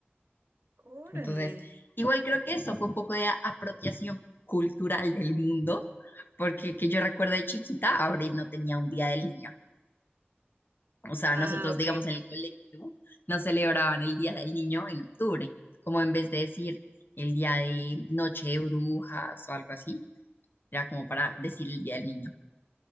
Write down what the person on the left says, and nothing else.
Entonces, igual creo que eso fue un poco de a- apropiación cultural del mundo, porque que yo recuerdo de chiquita, abril no tenía un día del niño. O sea,
nosotros,
digamos, en el colegio no celebraban el día del niño en octubre, como en vez de decir el día de noche de brujas o algo así, era como para decir el día del niño.